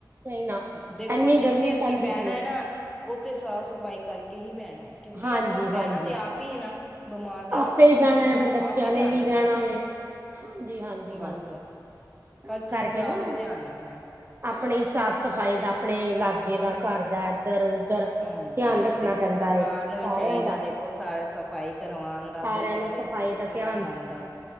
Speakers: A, on the right; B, in the centre.
A: ਨਹੀਂ ਨਾ
B: ਦੇਖੋ
A: ਇੰਨੀ
B: ਜਿੱਥੇ
A: ਗਰਮੀ
B: ਅਸੀਂ
A: ਪੈਂਦੀ
B: ਬਹਿਣਾ
A: ਪਈ ਏ
B: ਨਾ ਉੱਥੇ ਸਾਫ਼-ਸਫ਼ਾਈ ਕਰਕੇ ਹੀ ਬਹਿਣਾ ਐ, ਕਿਉਂਕਿ
A: ਹਾਂਜੀ
B: ਆਪਾਂ ਬਹਿਣਾ
A: ਹਾਂਜੀ
B: ਤੇ ਆਪ ਹੀ ਨਾ। ਬਿਮਾਰ ਤੇ ਆਪ
A: ਆਪੇ
B: ਆਪ ਹੀ ਹੋਣਾ
A: ਬਹਿਣਾ
B: ਏ ਨਾ,
A: ਫਿਰ ਬੱਚਿਆਂ
B: ਆਪ ਹੀ
A: ਨੇ
B: ਧਿਆਨ
A: ਵੀ
B: ਰੱਖਣਾ
A: ਬਹਿਣਾ ਵੇ ਹਾਂਜੀ ਹਾਂਜੀ
B: ਬੱਸ।
A: ਹਾਂਜੀ ਤਾਂ
B: ਹਰ ਚੀਜ਼
A: ਕਰਕੇ
B: ਦਾ
A: ਨਾ
B: ਆਪ ਈ ਧਿਆਨ ਰੱਖਣਾ।
A: ਆਪਣੀ ਸਾਫ਼-ਸਫ਼ਾਈ ਦਾ, ਆਪਣੇ ਲਾਗੇ ਦਾ ਘਰ ਦਾ ਇੱਧਰ ਉਧਰ
B: ਹਾਂਜੀ
A: ਧਿਆਨ ਰੱਖਣਾ
B: ਦੇਖੋ,
A: ਪੈਂਦਾ
B: ਸਰਕਾਰ
A: ਏ ਸਾਰਿਆਂ
B: ਨੂੰ ਵੀ ਚਾਹੀਦਾ,
A: ਦਾ
B: ਦੇਖੋ ਸਾਰੇ ਸਫ ਸਫ਼ਾਈ ਕਰਵਾਣ ਦਾ,
A: ਸਾਰਿਆਂ
B: ਗਲੀਆਂ
A: ਨੂੰ ਸਫ਼ਾਈ
B: ਵਿੱਚ ਦੇਖੋ
A: ਦਾ
B: ਕਿੰਨਾ
A: ਧਿਆਨ
B: ਗੰਦ
A: ਰੱਖੀਦਾ।
B: ਆ। '